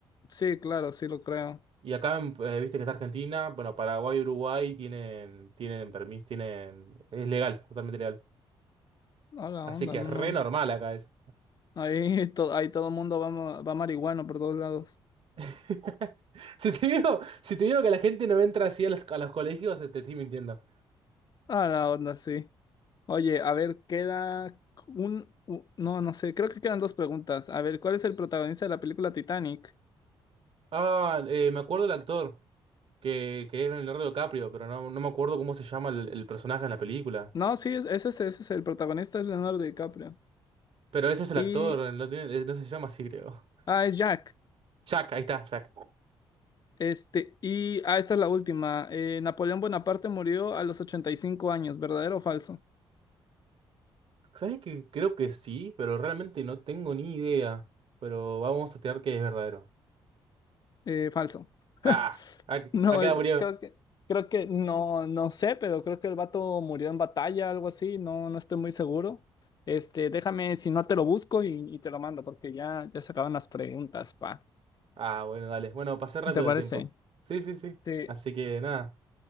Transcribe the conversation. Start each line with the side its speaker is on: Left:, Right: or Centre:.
Left: Sí, claro, sí lo creo.
Right: Y acá, en, eh, viste que está Argentina, bueno, Paraguay y Uruguay tienen, tienen permiso, tienen, es legal, totalmente legal.
Left: Hola,
Right: Así
Left: onda,
Right: que
Left: no,
Right: es re
Left: no.
Right: normal acá eso.
Left: Ahí, to- ahí todo el mundo va, ma- va marihuano por todos lados.
Right: <laughs> Si te digo, si te digo que la gente no entra así a los, a los colegios, eh, te estoy mintiendo.
Left: Ah, la onda, sí. Oye, a ver, queda un, u- No, no sé, creo que quedan dos preguntas. A ver, ¿cuál es el protagonista de la película Titanic?
Right: Ah, eh, me acuerdo del actor, que, que era Leonardo DiCaprio, pero no, no me acuerdo cómo se llama el, el personaje en la película.
Left: No, sí, es- ese es, ese es el protagonista, es Leonardo DiCaprio.
Right: Pero ese es el
Left: Y...
Right: actor, no tiene, eh, no se llama así, creo.
Left: Ah, es Jack.
Right: Jack, ahí está, Jack.
Left: Este, y... Ah, esta es la última. Eh, Napoleón Bonaparte murió a los 85 años, ¿verdadero o falso?
Right: ¿Sabes que Creo que sí, pero realmente no tengo ni idea. Pero vamos a tirar que es verdadero.
Left: Eh, falso. <laughs>
Right: Ah, ac-
Left: No,
Right: acá
Left: el-
Right: murió.
Left: creo que, creo que no, no sé, pero creo que el vato murió en batalla, algo así, no, no estoy muy seguro. Este, déjame, si no te lo busco y, y te lo mando, porque ya, ya se acaban las preguntas, pa.
Right: Ah, bueno, dale. Bueno, pasé rápido
Left: ¿Te parece?
Right: el tiempo. Sí, sí, sí.
Left: Sí,
Right: Así que nada,